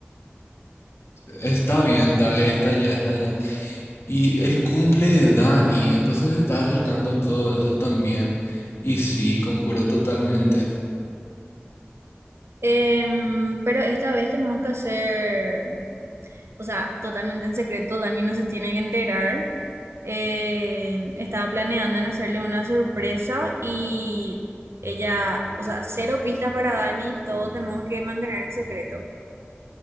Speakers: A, on the left; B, on the right.
A: está bien, dale, está ya, está ya. Y el cumple de Dani, entonces se está acercando todo eso también y sí, concuerdo totalmente.
B: Em, pero esta vez tenemos que hacer... o sea, totalmente en secreto, Dani no se tiene que enterar. Eh, estaba planeando en hacerle una sorpresa y ella, o sea, cero pistas para Dani, todo tenemos que mantener en secreto.